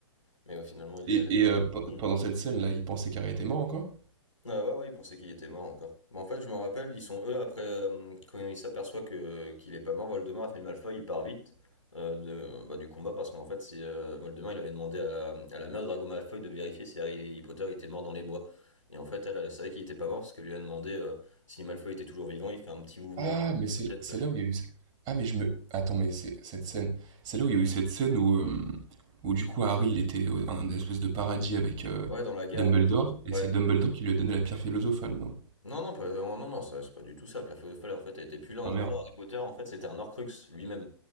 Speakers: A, on the left; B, on the right.
A: Mais ouais, finalement, il
B: Et,
A: y allait.
B: et, euh, pe-
A: Hmm.
B: pendant cette scène-là, il pensait qu'Harry était mort encore?
A: Ah ouais, ouais, ils pensaient qu'il était mort encore. Mais en fait, je me rappelle, ils sont eux, après, euh, quand ils s'aperçoivent que, qu'il est pas mort, Voldemort a fait une malfoy, il part vite euh, de, bah, du combat, parce qu'en fait, c'est, euh, Voldemort, il avait demandé à, à la mère de Drago Malfoy de vérifier si Harry Potter était mort dans les bois. Et en fait, elle, elle savait qu'il était pas mort, parce qu'elle lui a demandé euh, si Malfoy était toujours vivant, il fait un petit mouvement
B: Ah, mais c'est
A: de tête
B: c'est
A: avec
B: là où
A: lui.
B: il y a eu... ce- Ah, mais je me... Attends, mais c'est cette scène... C'est là où il y a eu cette scène où, euh, où du coup, Harry, il était au- dans une espèce de paradis avec euh,
A: Ouais, dans la gare,
B: Dumbledore,
A: dans...
B: et
A: Ouais.
B: c'est Dumbledore qui lui a donné la pierre philosophale, non?
A: Non, non, pas- non, non, non, ça, c'est pas du tout ça. Pierre Feuille en fait, elle était plus là. En
B: Ah, merde.
A: gros, Harry Potter, en fait, c'était un Horcrux lui-même.